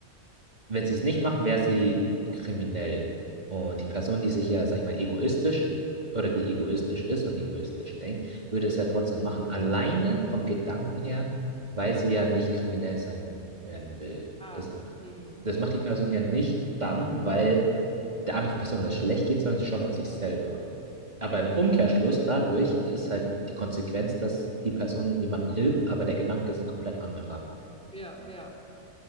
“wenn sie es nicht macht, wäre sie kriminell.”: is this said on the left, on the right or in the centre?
Right